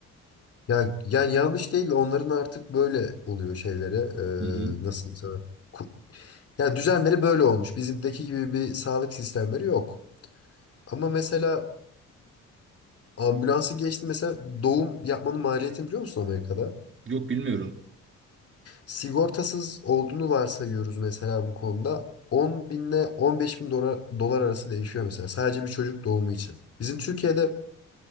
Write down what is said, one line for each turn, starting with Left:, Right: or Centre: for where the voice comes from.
Left: Yani, yani yanlış değil de onların artık böyle oluyor şeylere eee,
Right: Hı hı.
Left: nasıl diyeyim sana? Ku- Yani düzenleri böyle olmuş. Bizimdeki gibi bir sağlık sistemleri yok. Ama mesela ambulansı geçti mesela doğum yapmanın maliyetini biliyor musun Amerika'da?
Right: Yok bilmiyorum.
Left: Sigortasız olduğunu varsayıyoruz mesela bu konuda. 10 binle 15 bin dolar, dolar arası değişiyor mesela. Sadece bir çocuk doğumu için. Bizim Türkiye'de